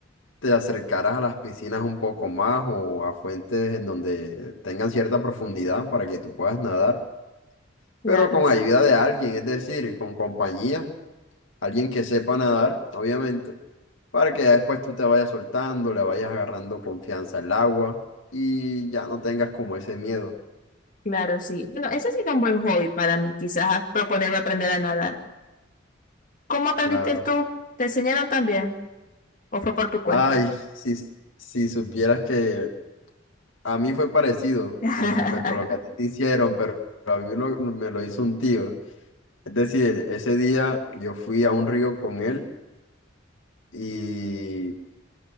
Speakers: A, on the left; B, on the left.
A: te acercaras a las piscinas un poco más o a fuentes en donde tengan cierta profundidad para que tú puedas nadar,
B: Claro,
A: pero con
B: s-
A: ayuda de alguien, es decir, con compañía, alguien que sepa nadar, obviamente, para que ya después tú te vayas soltando, le vayas agarrando confianza al agua y ya no tengas como ese miedo,
B: claro, sí. Bueno, ese sería un buen hobby para mí, quizás proponerme aprender a nadar. ¿Cómo aprendiste
A: claro.
B: tú? ¿Te enseñaron también? ¿O fue por tu cuenta?
A: Ay, si, si supieras que a mí fue parecido
B: <laughs>
A: con respecto a lo que a ti te hicieron, pero a mí lo- me lo hizo un tío. Es decir, ese día yo fui a un río con él y